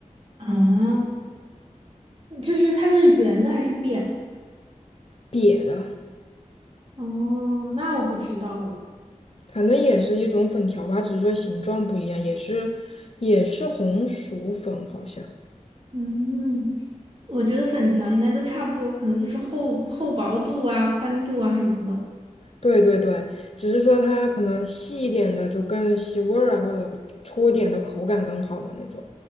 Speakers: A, on the right; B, on the left.
A: 啊，就是它是圆的还是扁的？
B: 瘪的。
A: 哦，那我不知道了。
B: 反正也是一种粉条吧，只是说形状不一样，也是也是红薯粉，好像。
A: 嗯，我觉得粉条应该都差不多，可能就是厚厚薄度啊、宽度啊什么的。
B: 对对对，只是说它可能细一点的就更吸味儿啊，或者粗一点的口感更好嘛那种。